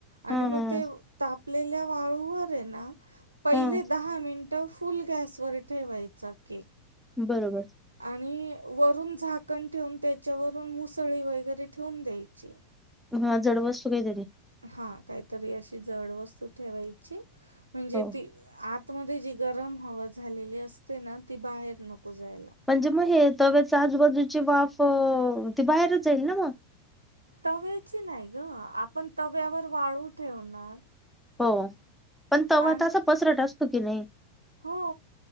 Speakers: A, on the right (about 80°); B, in the centre.
A: आणि
B: हा
A: म
B: हा
A: ते तापलेल्या वाळूवर हे ना पहिले
B: हा
A: दहा मिन ट फुल गॅसवर ठेवायचा केक.
B: बरोबर.
A: आणि वरून झाकण ठेवून त्याच्यावरून मुसळी वगैरे ठेवून द्यायची.
B: हां जडवस्तू काहीतरी.
A: हां काहीतरी अशी जड वस्तू ठेवायची. म्हणजे
B: हो
A: ती आत त मध्ये जी गरम हवा झालेली असते ना ती बाहेर नको जाय
B: म्हणजे म हे तव्याचं आजूबाजूची वाफ ती बाहेरच जाईल ना म.
A: तव्याची नाही गं. आपण तव्यावर वाळू ठेवणार.
B: हो, पण तवा
A: आणि
B: त पसरट असतो की नाही.
A: हो,